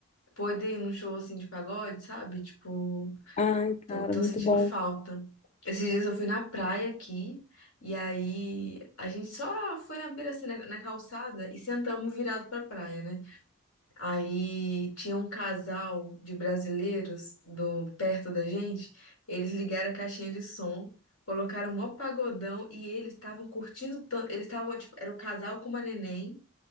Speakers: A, on the left (about 75°); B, on the left (about 30°).
A: poder ir num show, assim, de pagode, sabe? Tipo,
B: Ai, cara,
A: Tô, tô
B: muito
A: sentindo
B: bom.
A: falta. Esses dias eu fui na praia aqui, e aí a gente só foi na beira, assim, na, na calçada e sentamos virado pra praia, né? Aí tinha um casal de brasileiros do, perto da gente, eles ligaram a caixinha de som, colocaram mó pagodão e eles estavam curtindo tanto. Eles estavam, tipo, era o casal com uma neném.